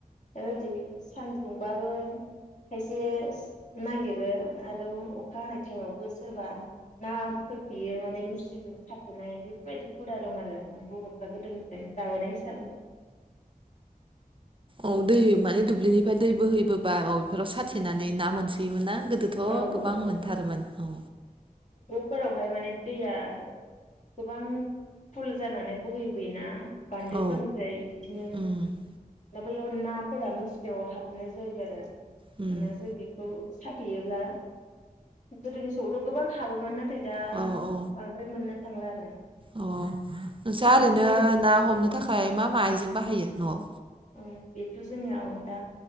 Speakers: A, on the left (about 55°); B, on the right (about 35°).
A: ओदि सान्दुंबाबो खायसे नायागिरो आरो अखा हानाय टाइमावबो सोरबा ना होथेयो माने मुस्रिजों साथेनाय बेफोरबायदि हुदा दं आरो माने बर'फ्रा गोदोनिफ्रायनो जाबोनाय हिसाबै।
B: औ दै माने दुब्लिनिफ्राय दै बोहैबोबा बेफोराव साथेनानै ना मोनसोयोमोन ना। गोदोथ'
A: औ औ
B: गोबां मोनथारोमोन
A: औ
B: औ।
A: फोरावहाय माने दैया गोबां फुल जानानै बोहैबोयोना बान्दोफोरनिफ्राय
B: औ
A: बिदिनो
B: उम
A: दा बैयाव नाफोरा मुस्रियाव हाबनाय जायो आरो।
B: उम
A: <unintelligible> बेखौ <unintelligible> थेयोब्ला गोदोनि समआवथ' गोबां हाबोमोन नाथाय दा
B: औ औ
A: बांद्राय मोननो थांला आरो।
B: अ नोंसा
A: आरो
B: ओरैनो
A: बे
B: ना हमनो
A: ओं
B: थाखाय मा मा आइजें बाहायो न'आव?
A: औ बेथ' जोंनियाव दा